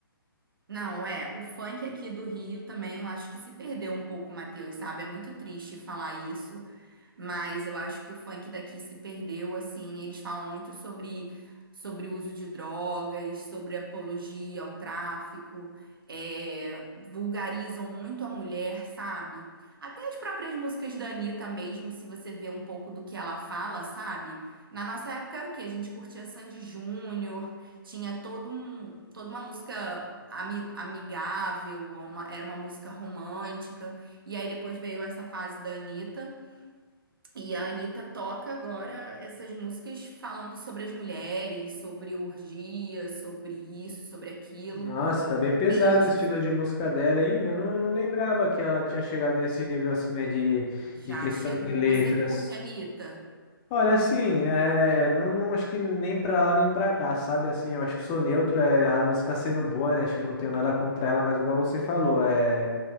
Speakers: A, on the right; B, on the left.
A: Não, é, o funk aqui do Rio também, eu acho que se perdeu um pouco, Matheus, sabe? É muito triste falar isso, mas eu acho que o funk daqui se perdeu, assim, eles falam muito sobre sobre o uso de drogas, sobre apologia ao tráfico, é, vulgarizam muito a mulher, sabe? Até as próprias músicas da Anitta mesmo, se você vê um pouco do que ela fala, sabe? Na nossa época era o quê? A gente curtia Sandy Júnior, tinha todo um, toda uma música ami- amigável, uma- era uma música romântica. E aí depois veio essa fase da Anitta. E a Anitta toca agora essas músicas falando sobre as mulheres, sobre orgia, sobre isso, sobre aquilo.
B: Nossa, tá bem
A: Enfim,
B: pesado
A: acho
B: o estilo
A: que
B: de música dela, hein? Eu não, não lembrava que ela tinha chegado nesse nível assim, né, de,
A: já
B: de questão
A: chegou.
B: de letras.
A: Você curte, Anitta?
B: Olha, assim, é, não, não acho que nem pra lá nem pra cá, sabe? Assim, eu acho que sou neutro, é a música sendo boa, né? Acho que não tenho nada contra ela, mas igual você falou, é